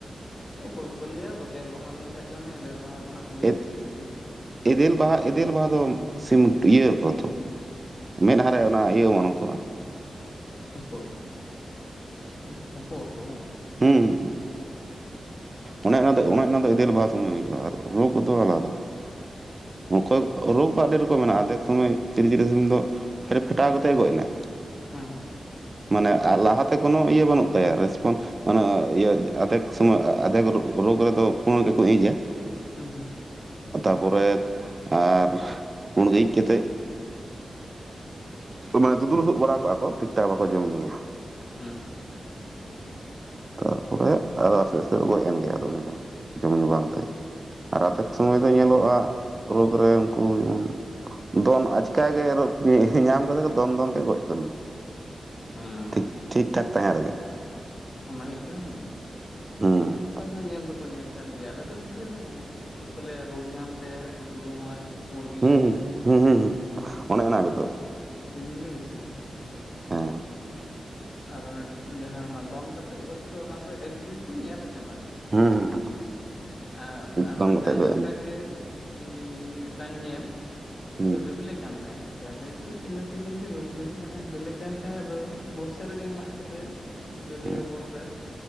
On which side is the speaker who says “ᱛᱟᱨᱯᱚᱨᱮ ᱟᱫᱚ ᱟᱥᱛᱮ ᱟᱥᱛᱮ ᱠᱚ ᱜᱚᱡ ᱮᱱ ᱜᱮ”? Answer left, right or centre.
Right